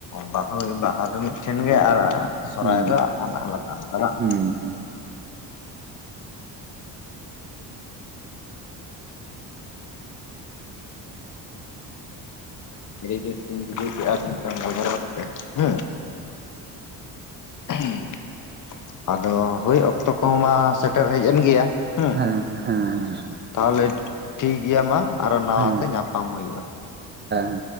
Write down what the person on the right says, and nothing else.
ᱦᱩᱸ
ᱦᱩᱸ ᱦᱩᱸ
ᱦᱮᱸ ᱦᱮᱸ᱾
ᱦᱮᱸ ᱦᱮᱸ
ᱦᱮᱸ